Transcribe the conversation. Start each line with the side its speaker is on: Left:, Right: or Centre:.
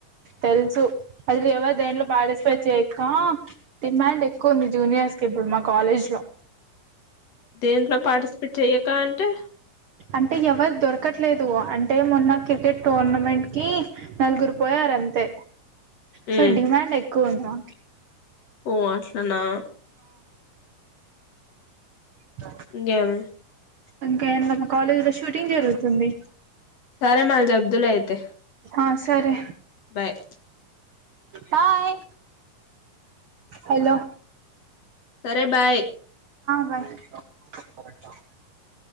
Right: తెలుసు అసలు ఎవ దేంట్లో పాటిస్ఫై చేసిన డిమాండ్ ఎక్కువ ఉంది జూనియర్స్ కి ఇప్పుడు మా కాలేజ్ లో
Left: దేంట్లో పార్టిసిపేట్ చెయ్యక అంటే
Right: అంటే ఎవరు దొరకట్లేదు అంటే మొన్న క్రికెట్ టోర్నమెంట్ కి నలుగురు పోయారు అంతే
Left: మ్మ్
Right: సో డిమాండ్ ఎక్కువ ఉంది మా
Left: ఓ అట్లనా
Right: స
Left: ఇంగేమి
Right: ఇంకా మా కాలేజీ లో షూటింగ్ జరుగుతుంది
Left: సరే మళ్ళీ చెప్డువలే అయితే
Right: ఆ సరే
Left: బాయ్
Right: బాయ్ హలో
Left: సరే బాయ్
Right: బై